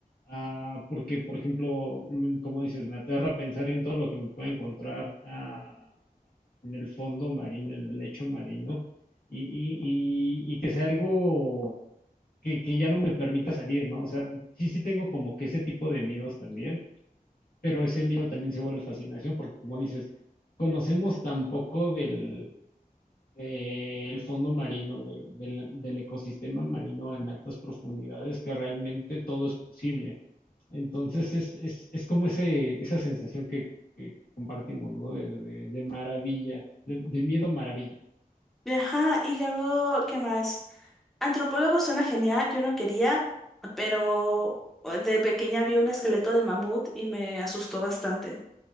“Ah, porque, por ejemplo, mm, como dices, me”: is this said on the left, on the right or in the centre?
Left